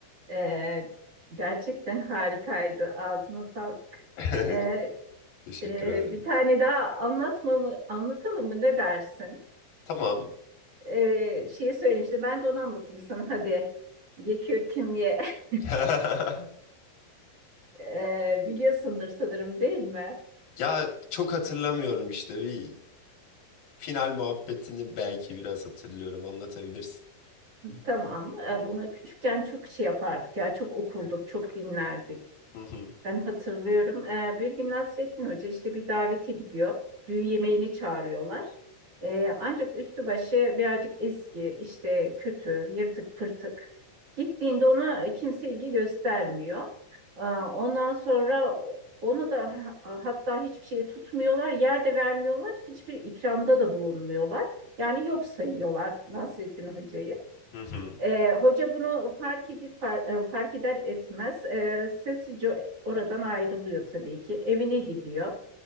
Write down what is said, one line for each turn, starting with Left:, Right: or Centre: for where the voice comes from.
Right: E, gerçekten harikaydı. Ağzına sağlık.
Left: <laughs>
Right: E,
Left: Teşekkür
Right: Ee,
Left: ederim.
Right: bir tane daha anlatma mı, anlatalım mı ne dersin?
Left: Tamam.
Right: Ee, şeyi söylemişti ben de onu anlatayım sana hadi. Ye kürküm ye. <laughs>
Left: <laughs>
Right: Ee, biliyorsundur sanırım değil mi?
Left: Ya çok hatırlamıyorum işte bir final muhabbetini belki biraz hatırlıyorum anlatabilirsin.
Right: Tamam. Ee, bunu küçükken çok şey yapardık ya çok okurduk çok dinlerdik.
Left: Hı hı,
Right: Ben hatırlıyorum. Ee, bir gün Nasrettin Hoca işte bir davete gidiyor. Düğün yemeğini çağırıyorlar. Ee, ancak üstü başı birazcık eski, işte kötü, yırtık pırtık. Gittiğinde ona kimse ilgi göstermiyor. Ee, ondan sonra ona da ha- hatta hiçbir şey tutmuyorlar, yer de vermiyorlar, hiçbir ikramda da bulunmuyorlar. Yani yok sayıyorlar Nasrettin Hoca'yı.
Left: hı hı.
Right: E, hoca bunu fark edir, e, fark eder etmez e, sessizce oradan ayrılıyor tabii ki. Evine gidiyor.